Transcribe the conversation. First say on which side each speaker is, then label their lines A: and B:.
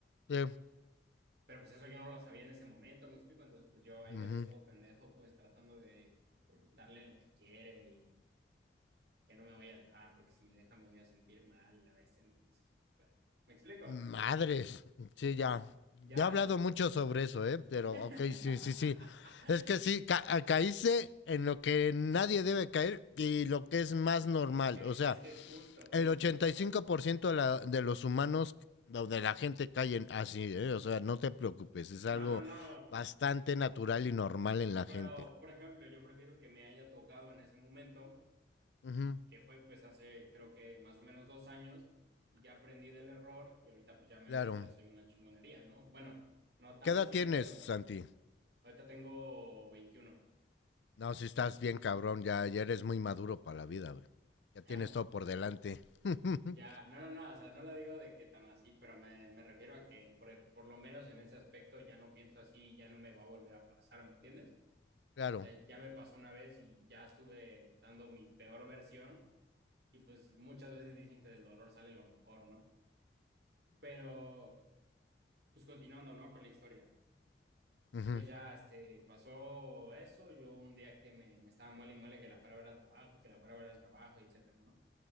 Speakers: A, on the left; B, on the right.
A: Sí.
B: Pero pues eso yo no lo sabía en ese momento, me explico. Entonces, pues yo ahí
A: Ujú.
B: me había estado pendejo, pues tratando de darle lo que quiere y que no me voy a dejar, porque si me deja me voy a sentir mal a veces. Entonces, pues, me explico.
A: Madres. Sí,
B: En-
A: ya.
B: ya.
A: Ya he hablado mucho sobre eso, ¿eh? Pero,
B: <laughs>
A: ok, sí, sí, sí. Es que sí, ca- a- caíste en lo que nadie debe caer y lo que es más normal.
B: Es que,
A: O sea,
B: es que es justo, justo,
A: el 85%
B: justo.
A: de, la- de los humanos o de la gente caen así, ¿eh? O sea, no te preocupes, es algo
B: No, no, no.
A: bastante natural y normal en la
B: Pero,
A: gente.
B: por ejemplo, yo prefiero que me haya tocado en ese momento
A: Ujú,
B: que fue pues hace creo que más o menos dos años, ya aprendí del error y ahorita pues ya me
A: Claro.
B: ves y ya soy una chingonería, ¿no? Bueno, no tan
A: ¿Qué edad
B: así,
A: tienes,
B: pero
A: Santi?
B: ahorita tengo veintiuno
A: No, si estás bien cabrón, ya, ya eres muy maduro para la vida, güey. Ya tienes
B: <laughs>
A: todo por delante. <laughs>
B: Ya, no, no, no, o sea, no lo digo de que tan así, pero me, me refiero a que por, por lo menos en ese aspecto ya no pienso así, ya no me va a volver a pasar, ¿me entiendes? O
A: claro.
B: sea, ya me pasó una vez y ya estuve dando mi peor versión y pues muchas veces dicen que del dolor sale lo mejor, ¿no? Pero pues continuando, ¿no? Con la historia.
A: Ujú.
B: Pues ya, este, pasó eso, yo un día que me, me estaba muele y muele que la fuera a ver al trabajo, que la fuera a ver al trabajo, y etcétera, ¿no?